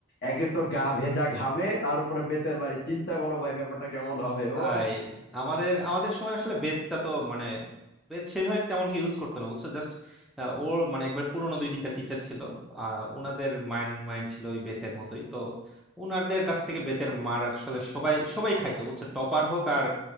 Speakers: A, on the left (about 50°); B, in the centre.
A: একে তো গা ভেজা ঘামে তার উপরে বেতের বাড়ি চিন্তা করো ভাই ব্যাপারটা কেমন হবে
B: ভাই
A: ও
B: আমাদের আমাদের সময় আসলে বেতটা তো মানে বেত সেভাবে তেমন কি ইউজ করতো না বুঝছো জাস্ট ওর মানে একবার পুরনো দুই তিনটা টিচার ছিল আহ ওনাদের মাইন্ড মাইন্ড ছিল ওই বেতের মতোই তো ওনাদের কাছ থেকে বেতের মার আসলে সবাই সবাই খাইতো বুঝছো টপার হোক আর